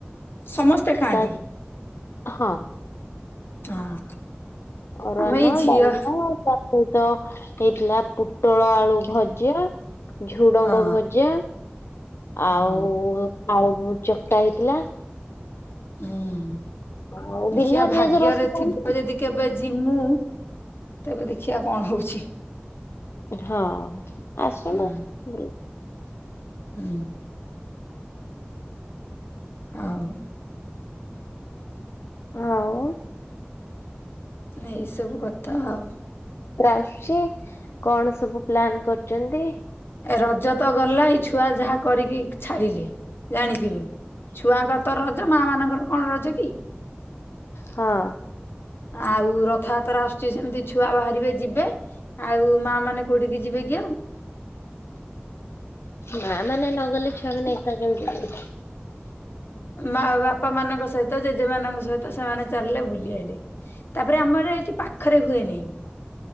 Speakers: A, on the left; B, on the left.
A: ସମସ୍ତେ ଖାଆନ୍ତି।
B: ତା ହଁ।
A: ହଁ।
B: ଅରୁଆ
A: ଆମ
B: ଅନ୍ନ,
A: ଏଇ ଝିଅ
B: ଡାଲମା ତା ସହିତ ହେଇଥିଲା ପୋଟଳ ଆଳୁ ଭଜା। ଝୁଡଙ୍ଗ
A: ହଁ
B: ଭଜା,
A: ହଁ
B: ଆଉ ଆଉ ଚକଟା ହେଇଥିଲା।
A: ହୁଁ।
B: ଆଉ
A: ଦେଖିଆ,
B: ବିନା
A: ଭାଗ୍ୟରେ
B: ପିଆଜ ରସୁଣ
A: ଥିବ
B: ଆଣିଲେ।
A: ଯଦି କେବେ ଯି ଯିମୁ। ତେବେ ଦେଖିବା କଣ ହଉଛି।
B: ହଁ ଆସୁନ
A: ହୁଁ
B: ବୁଲି
A: ହୁଁ। ଆଉ।
B: ଆଉ।
A: ଏଇ ସବୁ କଥା ଆଉ।
B: ଆସୁଛି। କଣ ସବୁ ପ୍ଲାନ କରୁଛନ୍ତି?
A: ରଜ ତ ଗଲା। ଏଇ ଛୁଆ ଯାହା କରିକି ଛାଡ଼ିଲେ, ଜାଣିଥିବେ। ଛୁଆଙ୍କର ତ ରଜ, ମା ମାନଙ୍କର କଣ ରଜ କି?
B: ହଁ।
A: ଆଉ ରଥଯାତ୍ରା ଆସୁଛି, ସେମିତି ଛୁଆ ବାହାରିବେ ଯିବେ। ଆଉ ମା ମାନେ କୋଉଠିକି ଯିବେ କି ଆଉ?
B: ମା ମାନେ ନଗଲେ ଛୁଆ ମାନେ ଏକା କେମିତି ଯିବେ?
A: ମା ବା ପା ମାନଙ୍କ ସହିତ ଜେଜେ ମାନଙ୍କ ସହିତ ସେମାନେ ଚାଲିଲେ ବୁଲି ଆଇଲେ। ତାପରେ ଆମର ଏଠି ପାଖରେ ହୁଏନି।